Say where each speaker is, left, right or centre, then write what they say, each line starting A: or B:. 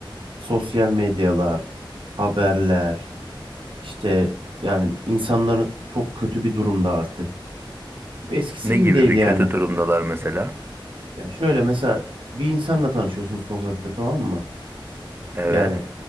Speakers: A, on the right; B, on the right.
A: Sosyal medyalar, haberler işte yani insanların çok kötü bir durumda artık. Eskisi
B: Ne
A: gibi
B: gibi
A: değil
B: bir
A: yani.
B: kötü durumdalar mesela?
A: Yani şöyle mesela bir insanla tanışıyorsun sokakta tamam mı?
B: Evet.
A: Yani